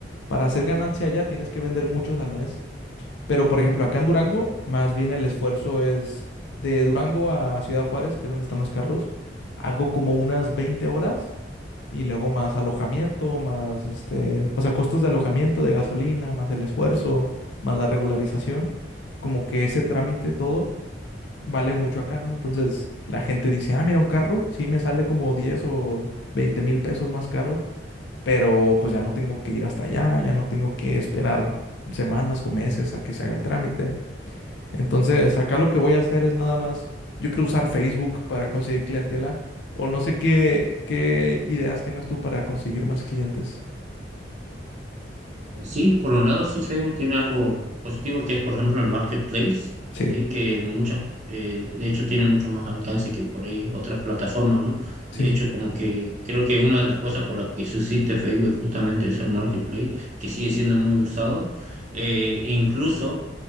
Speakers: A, on the left; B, on the right.
A: para hacer ganancia allá tienes que vender muchos al mes. Pero por ejemplo acá en Durango, más bien el esfuerzo es de Durango a Ciudad Juárez, que es donde están los carros, hago como unas 20 horas y luego más alojamiento, más este, o sea, costos de alojamiento, de gasolina, más el esfuerzo, más la regularización. Como que ese trámite todo vale mucho acá, ¿no? Entonces la gente dice, ah, mira, un carro, sí me sale como diez o veinte mil pesos más caros, pero pues ya no tengo que ir hasta allá, ya no tengo que esperar semanas o meses a que se haga el trámite. Entonces, acá lo que voy a hacer es nada más, yo quiero usar Facebook para conseguir clientela, o no sé qué, qué ideas tengas tú para conseguir más clientes.
B: Eh, Sí, por un lado, sí, Facebook tiene algo positivo que es, por ejemplo, el marketplace,
A: Sí,
B: ¿sí? que muchas, eh, de hecho, tiene mucho más alcance que por ahí otras plataformas, ¿no?
A: sí,
B: De
A: sí.
B: hecho, como que creo que una de las cosas por las que subsiste Facebook es justamente eso, el marketplace, que sigue siendo muy usado. Eh, incluso